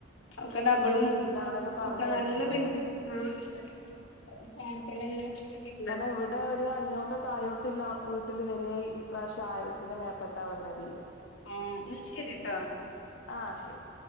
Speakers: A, on the left; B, on the left.
A: ഒക്കെ ഡബിളും
B: നല്ല ബില്ലാണെന്ന് പറഞ്ഞ്
A: ഒക്കെ
B: കേട്ടിട്ടുണ്ട്
A: നല്ല ബില്ല് ആഇണ്ട് <unintelligible>
B: കാരണം ഇവിടെ ഒരു അഞ്ഞൂറിന്റെ താഴോ <unintelligible> വീട്ടില് വരെ ഇപ്രാവശ്യ ആയിരത്തിന് മേപ്പെട്ടാ വന്ന ബില്ല്
A: ആഹ് എന്നാ ശരിട്ടോ
B: ആഹ് ശരി